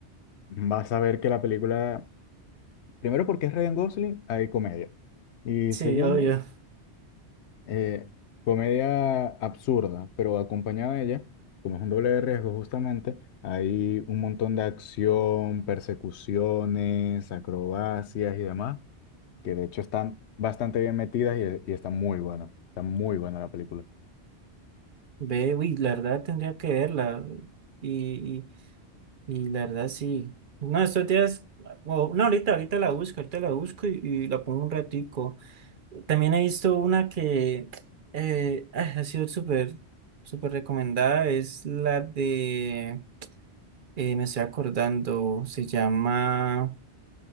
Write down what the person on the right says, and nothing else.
sí,
obvio.
Ve, uy, la verdad tendría que verla. Y, y, y la verdad sí. No, estos días, o- no, ahorita, ahorita la busco, ahorita la busco y, y la pongo un ratico. También he visto una que eh, ah, ha sido súper, súper recomendada. Es la de, eh, me estoy acordando, se llama,